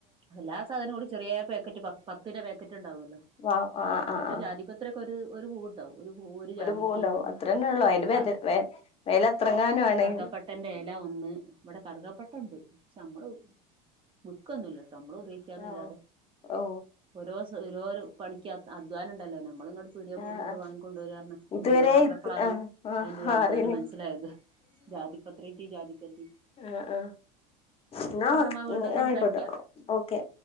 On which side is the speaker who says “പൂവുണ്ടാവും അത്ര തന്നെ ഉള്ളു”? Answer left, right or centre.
Left